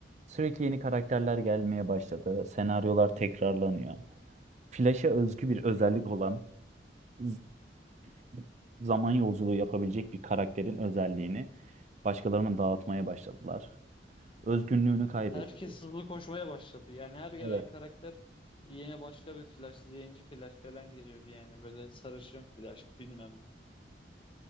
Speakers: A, on the right (about 40°); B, on the left (about 30°).
A: Sürekli yeni karakterler gelmeye başladı. Senaryolar tekrarlanıyor. Flash'a özgü bir özellik olan z- <clears throat> zaman yolculuğu yapabilecek bir karakterin özelliğini başkalarına dağıtmaya başladılar. Özgünlüğünü kaybetti.
B: Herkes hızlı koşmaya başladı. Yani her gelen
A: Evet.
B: karakter yine başka bir Flash, zenci Flash falan geliyordu yani. Böyle sarışın Flash bilmem ne.